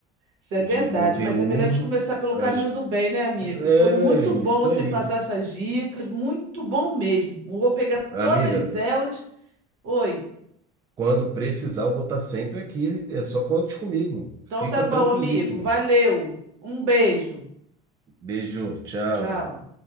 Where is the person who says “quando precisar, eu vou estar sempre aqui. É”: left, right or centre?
Right